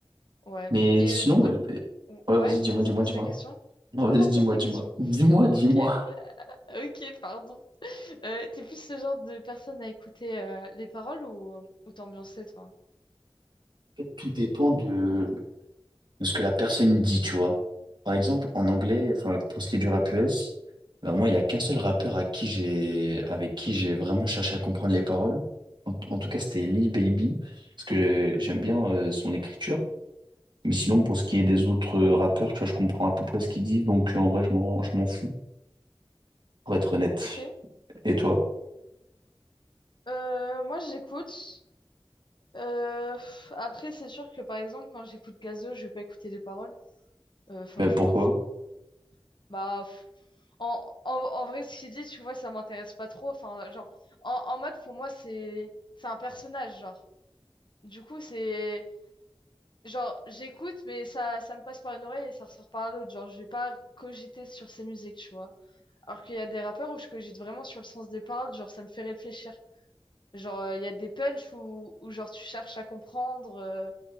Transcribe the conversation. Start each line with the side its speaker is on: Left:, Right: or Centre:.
Left: Ouais.
Right: Mais
Left: Et
Right: sinon,
Left: euh, du coup...
Right: euh,
Left: t-
Right: euh, ouais,
Left: Ouais,
Right: vas-y, dis-moi,
Left: vas-y,
Right: dis-moi,
Left: pose
Right: dis-moi.
Left: ta question.
Right: Non,
Left: Non,
Right: vas-y,
Left: non,
Right: dis-moi,
Left: pose ta
Right: dis-moi.
Left: question.
Right: Dis-moi, dis-moi.
Left: Ok. Ok, pardon. Euh, t'es plus le genre de personne à écouter euh, les paroles ou, ou t'ambiancer, toi?
Right: En fait, tout dépend de, de ce que la personne y dit, tu vois. Par exemple, en anglais, enfin, pour ce qui est du rap US, alors moi, il n'y a qu'un seul rappeur à qui j'ai, avec qui j'ai vraiment cherché à comprendre les paroles. En, en tout cas, c'était Lil Baby, parce que j'aime bien euh, son écriture. Mais sinon, pour ce qui est des autres rappeurs, tu vois, je comprends à peu près ce qu'ils disent, donc en vrai, je m'en, je m'en fous, pour être honnête.
Left: Ok.
Right: Et toi?
Left: Euh, moi, j'écoute. Euh, pff, après, c'est sûr que, par exemple, quand j'écoute Gazo, je vais pas écouter les paroles. Euh, Enfin,
Right: mais
Left: genre,
Right: pourquoi?
Left: enfin... Bah, pff, en, en, en vrai, ce qu'il dit, tu vois, ça m'intéresse pas trop. Enfin, genre, en, en mode, pour moi, c'est c'est un personnage, genre. Du coup, c'est... Genre, j'écoute, mais ça, ça me passe par une oreille et ça ressort par l'autre. Genre, je vais pas cogiter sur ses musiques, tu vois. Alors qu'il y a des rappeurs où je cogite vraiment sur le sens des paroles, genre ça me fait réfléchir. Genre euh, il y a des punchs où, où genre tu cherches à comprendre, euh,